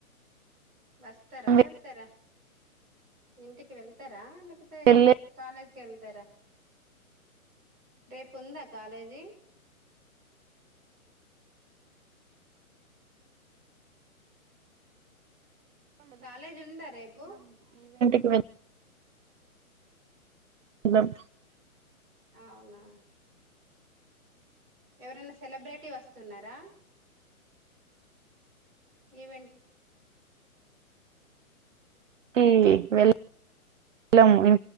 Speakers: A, on the right (about 90°); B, on the right (about 60°).
A: వస్తరా
B: మేము
A: వెళ్తరా ఇంటికి వెళ్తరా లె తే
B: వెళ్ళ
A: కాలేజ్ కెళ్తరా రేపు ఉందా కాలేజీ కాలేజ్ ఉందా రేపు
B: వేల్ దం
A: అవునా ఎవరన్నా సెలబ్రేటీ వస్తున్నారా ఈవెంట్
B: ఈ వెళ్లము ఇ